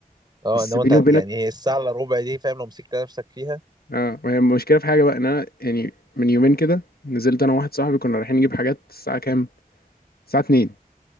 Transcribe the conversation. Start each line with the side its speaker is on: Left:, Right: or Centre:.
Right: اه
Left: بس
Right: انما
Left: بيني
Right: انت هت-
Left: وبينك
Right: يعني هي الساعه الا ربع دي فاهم لو مسكت نفسك فيها
Left: اه ما هي المشكله في حاجه بقى ان انا يعني من يومين كده نزلت انا وواحد صاحبي كنا رايحين نجيب حاجات الساعه كام الساعه 2